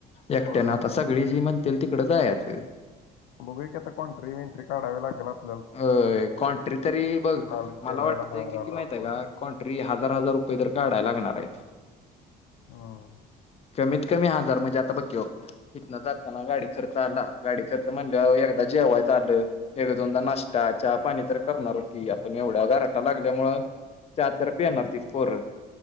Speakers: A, on the left; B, on the left.
A: एकट्यान
B: होय होय
A: आता
B: बरोबर
A: सगळी जी म्हणतील तिकडें जायाचं.
B: बघूया की आता कॉन्ट्री विंट्री काढायला लागेल आप
A: अ कॉन्ट्री तरी बघ
B: आलं
A: मला
B: जेवायला
A: वाटतंय
B: बाहेर
A: किती
B: आलो
A: माहिते
B: आपण
A: का कॉन्ट्री हजार हजार रु पदर काढायला लागणार आहे
B: हम.
A: कमीत कमी हजार म्हणजे आता बघ इथनं जातना गाडी खर्च आला गाडी खर्च म्हणल्याव एकदाचे जेवाय ताट एक दोनदा ना ष्टा च्या पाणी तर करणारच की आपण एवढ्या गारटा लागल्यामुळं च्या तर पेणार तीस पोर.